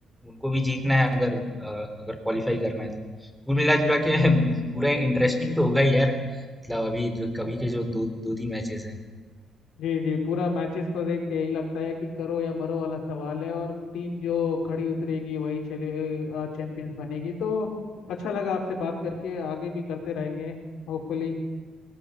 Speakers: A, in the centre; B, on the left (about 80°).
A: उनको भी जीतना है अगर अ, अगर क्वालिफाई करना है तो कुल मिला जुला के <laughs> पूरा इंटरेस्टिंग तो होगा ही यार मतलब अभी जो कभी के जो दो दो तीन मैचेस हैं
B: जी जी पूरा मैचेस को देख के यही लगता है कि करो या मरो वाला सवाल है और टीम जो खड़ी उतरेगी वही चले चैंपियंस बनेगी तो अच्छा लगा आपसे बात करके आगे भी करते रहेंगे होपफुली